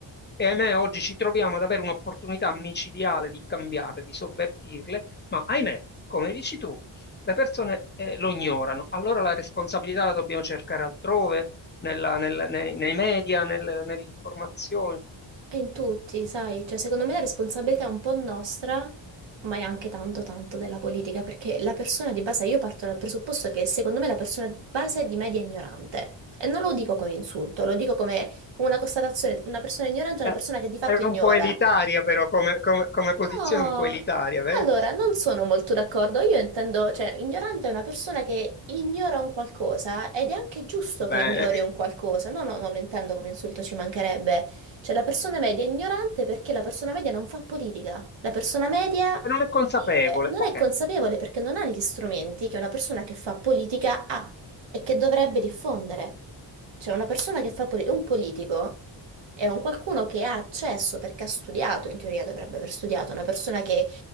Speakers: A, on the left; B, on the right.
A: E ahimè, oggi ci troviamo ad avere un'opportunità micidiale di cambiarle, di sovvertirle, ma ahimè, come dici tu, le persone eh, lo ignorano. Allora la responsabilità la dobbiamo cercare altrove, nella- nel- nei, nei media, nel- nell'informazione.
B: è in tutti, sai, cioè secondo me la responsabilità è un po' nostra, ma è anche tanto tanto della politica, perché la persona di base, io parto dal presupposto che secondo me la persona di base è di media ignorante. E non lo dico come insulto, lo dico come, come una constatazione, una persona ignorante è
A: Eh,
B: una persona che di fatto
A: è
B: ignora.
A: un po' elitaria, però, come, come- come posizione
B: No,
A: un po' elitaria, beh.
B: allora non sono molto d'accordo. Io intendo, cioè, ignorante è una persona che ignora un qualcosa ed è anche giusto
A: Bene.
B: che ignori un qualcosa. No, no, non lo intendo come insulto, ci mancherebbe. Cioè, la persona media è ignorante perché la persona media non fa politica. La persona media
A: E non è consapevole.
B: vive, non
A: Ok,
B: è consapevole perché non ha gli strumenti che una persona che fa politica ha e che dovrebbe diffondere. Cioè, una persona che fa politica, un politico. È un qualcuno che ha accesso perché ha studiato, in teoria dovrebbe aver studiato, una persona che